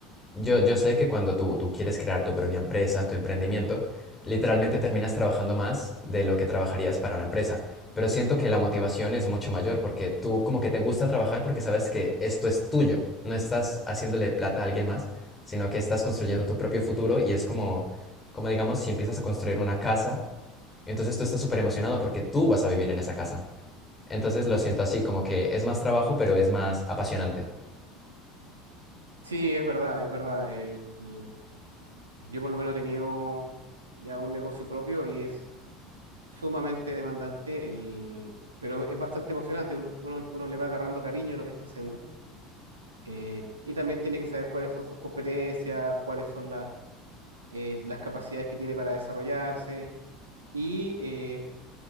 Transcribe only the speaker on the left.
Yo, yo sé que cuando tú, tú quieres crear tu propia empresa, tu emprendimiento, literalmente terminas trabajando más de lo que trabajarías para una empresa, pero siento que la motivación es mucho mayor porque tú como que te gusta trabajar porque sabes que esto es tuyo, no estás haciéndole plata a alguien más, sino que estás construyendo tu propio futuro y es como, como digamos, si empiezas a construir una casa, entonces tú estás súper emocionado porque tú vas a vivir en esa casa. Entonces lo siento así, como que es más trabajo, pero es más apasionante.